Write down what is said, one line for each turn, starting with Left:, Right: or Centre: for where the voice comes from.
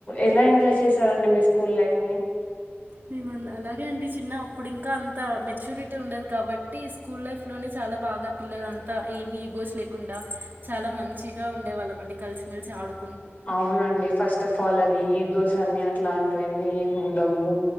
Left: ఎలా ఎంజాయ్ చేశారండి మీ స్కూల్ లైఫ్ ని
Right: మేము అంద అలాగే అండి చిన్న అప్పుడు ఇంకా అంత మెచ్యూరిటీ ఉండదు కాబట్టి స్కూల్ లైఫ్ లోనే చాలా బాగా పిల్లలు అంతా ఏమి ఈగోస్ లేకుండా చాలా మంచిగా ఉండేవాళ్ళం అండి కలిసిమెలిసి ఆడు
Left: అవునండి ఫస్ట్ ఆఫ్ ఆల్ అది ఈగో సన్నియాట్లా అంట. అన్నీ ఉండవు.